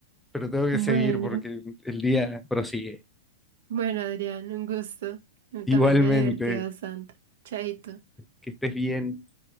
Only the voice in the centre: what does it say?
pero tengo que
seguir porque el día prosigue.
Igualmente,
que estés bien.